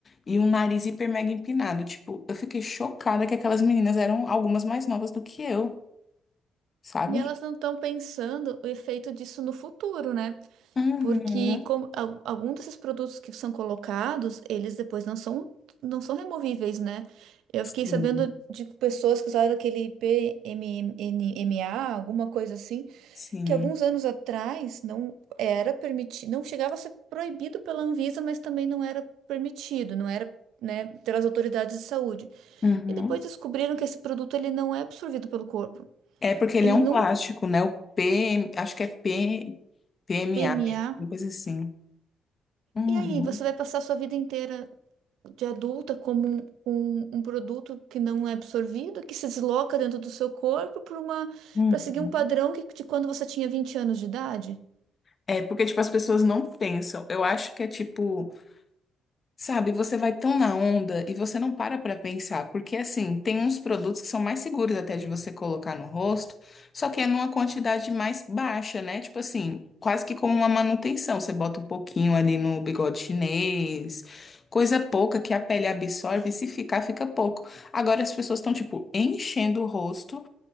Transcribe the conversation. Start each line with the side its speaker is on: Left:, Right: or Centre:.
Left: E um nariz hiper mega empinado. Tipo, eu fiquei chocada que aquelas meninas eram algumas mais novas do que eu, sabe?
Right: e elas não estão pensando o efeito disso no futuro, né?
Left: Uhum.
Right: Porque como, al- algum desses produtos que são colocados, eles depois não são, não são removíveis, né? Eu
Left: Sim,
Right: fiquei sabendo de pessoas que usaram aquele PMMA, alguma coisa assim
Left: sim.
Right: que alguns anos atrás não era permitido, não chegava a ser proibido pela Anvisa, mas também não era permitido, não era, né, pelas autoridades de saúde.
Left: Uhum.
Right: E depois descobriram que esse produto ele não é absorvido pelo corpo.
Left: É porque ele
Right: Ele
Left: é um
Right: não
Left: plástico, né? O P, acho que é P, PMA,
Right: PMA.
Left: a uma coisa assim. Uhum.
Right: E aí, você vai passar a sua vida inteira de adulta como um, um, um produto que não é absorvido, que se desloca dentro do seu corpo para uma,
Left: Uhum.
Right: para seguir um padrão que, de quando você tinha 20 anos de idade?
Left: É porque, tipo, as pessoas não pensam. Eu acho que é tipo. Sabe, você vai tão na onda e você não para pra pensar, porque assim, tem uns produtos que são mais seguros até de você colocar no rosto, só que é numa quantidade mais baixa, né? Tipo assim, quase que como uma manutenção. Você bota um pouquinho ali no bigode chinês, coisa pouca que a pele absorve, e se ficar, fica pouco. Agora as pessoas estão, tipo, enchendo o rosto